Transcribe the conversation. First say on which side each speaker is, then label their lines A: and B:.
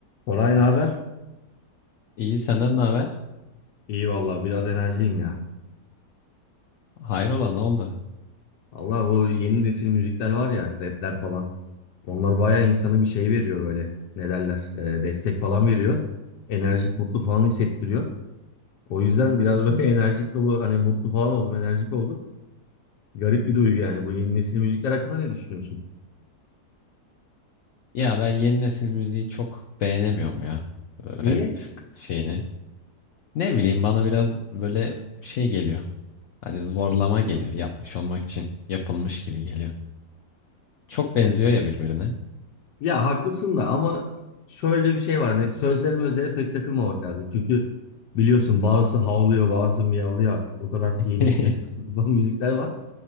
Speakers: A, on the left; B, on the left.
A: Koray ne haber?
B: İyi senden ne haber?
A: İyi valla biraz enerjiyim ya.
B: Hayrola ne oldu?
A: Allah bu yeni nesil müzikler var ya rapler falan. Onlar bayağı insana bir şey veriyor böyle. Ne derler? e, destek falan veriyor. Enerjik mutlu falan hissettiriyor. O yüzden biraz böyle <laughs> enerjik dolu hani mutlu falan oldum enerjik oldum. Garip bir duygu yani bu yeni nesil müzikler hakkında ne düşünüyorsun?
B: Ya ben yeni nesil müziği çok beğenemiyorum ya. Ee, Rap
A: Niye?
B: k- şeyini. Ne bileyim bana biraz böyle şey geliyor. Hani zorlama geliyor. Yapmış olmak için yapılmış gibi geliyor. Çok benziyor ya birbirine.
A: Ya haklısın da ama şöyle bir şey var. Ne, sözlerime özele pek takılmamak lazım. Çünkü biliyorsun bazısı havlıyor bazısı miyavlıyor artık. O kadar
B: <laughs>
A: yeni nesil <laughs> saçma sapan müzikler var.